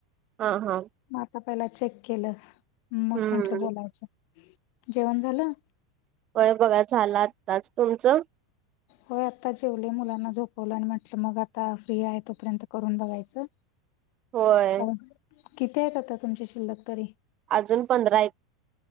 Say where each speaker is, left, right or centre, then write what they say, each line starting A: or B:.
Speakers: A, on the right; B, on the left.
A: हा हा.
B: मग आता पहिला चेक केलं मग
A: हम्म
B: म्हटलं बोलायचं जेवण झालं.
A: वय बघा झालाताच तुमचं.
B: होय आता जेवले मुलांना झोपवलं आणि म्हटलं मग आता फ्री आहे तोपर्यंत करून बघायचं.
A: होय
B: का किती आहेत आता तुमच्या शिल्लक तरी.
A: अजून पंधरा आहेत.